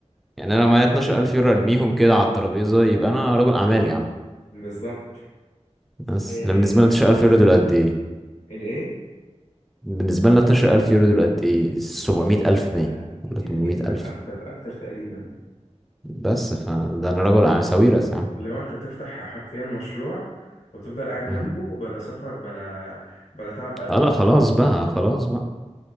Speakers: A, in the centre; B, on the left.
A: يعني انا معايا 12000 يورو ارميهم كده على الترابيزه يبقى انا رجل اعمال يا عم
B: <laughs> بالظبط
A: بس
B: إيه
A: انا بالنسبه لي 12000 يورو دول قد ايه
B: الايه
A: بالنسبه لنا 12000 يورو دول قد ايه 700000
B: ايه ده
A: باين ولا
B: كتير
A: 800000
B: جدا اكتر اكتر تقريبا
A: بس فده انا رجل أعمال- ساويرس يا عم
B: لو انت تفتح حرفيا مشروع وتفضل قاعد جنبه
A: امم
B: بلا سفر بلا بلا تعب قلب
A: اه لا خلاص بقى خلاص بقى